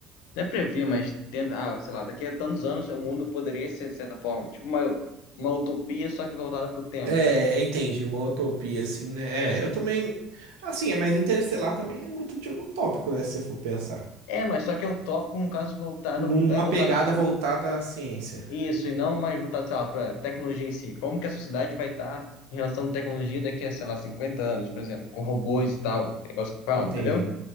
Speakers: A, on the left; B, on the right.
A: não é prever, mas tenta, ah, sei lá, daqui a tantos anos o mundo poderia ser de certa forma, tipo uma, uma utopia, só que voltada pro tempo.
B: É, entendi, uma utopia assim, né? É, eu também. Assim, é, mas Interestelar também é muito de utópico, né? Se você for pensar.
A: É, mas só que é utópico, um caso voltado,
B: Numa
A: não é voltado
B: pegada voltada à ciência.
A: Isso, e não mais voltado, sei lá, para tecnologia em si. Como que a sociedade vai estar em relação à tecnologia daqui a, sei lá, 50 anos, por exemplo, com robôs e tal, negócio que falam,
B: Entendi,
A: entendeu?